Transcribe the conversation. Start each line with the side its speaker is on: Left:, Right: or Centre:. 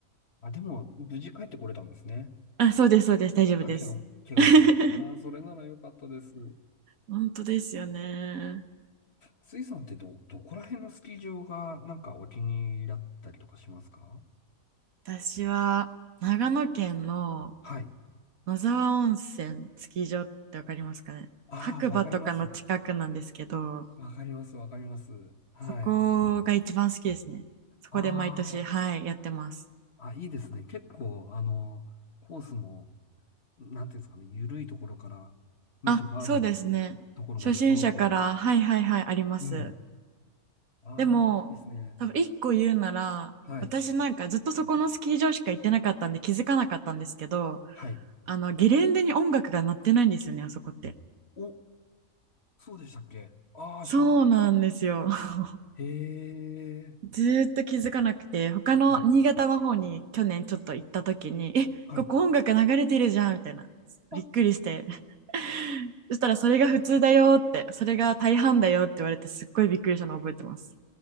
Left: あでも、無事帰ってこれたんですね。
Right: あ、そうです、そうです、大丈夫です。
Left: あ、怪我、怪我もなったよな。
Right: <laughs>
Left: それなら良かったです。
Right: 本当ですよね。
Left: スイさんってど、どこら辺のスキー場がなんかお気に入りだったりとかしますか
Right: 私は長野県の
Left: はい。
Right: 野沢温泉スキー場ってわかりますかね。
Left: ああ、
Right: 白馬とかの近くなんですけど、
Left: わかります。わかります、わかります。はい。
Right: そこが一番好きですね。そこで毎年、
Left: あ
Right: はい、やってます。
Left: あ、あ、いいですね。結構、あの、コースも、なんていうんですかね、緩いところから、めちゃハードのところまで揃ってて。
Right: あ、そうですね。初心者から、はいはいはい、あります。
Left: うん。ああ、
Right: でも、
Left: いいですね。
Right: 多分一個言うなら、
Left: はい。
Right: 私なんかずっとそこのスキー場しか行ってなかったんで気づかなかったんですけど、
Left: はい。
Right: あの、ゲレンデに音楽が鳴ってないんですよね、あそこって。
Left: お、そうでしたっけああー、
Right: そうなんですよ。
Left: 知らなかっ
Right: <laughs>
Left: た。へえ。
Right: ずーっと気づかなくて、他の新潟の方に去年ちょっと行った時に、
Left: はい
Right: え、
Left: はい。
Right: ここ音楽流れてるじゃん、みたいな。
Left: <laughs>
Right: びっくりして。<laughs> そしたらそれが普通だよって、それが大半だよって言われて、すっごいびっくりしたのを覚えてます。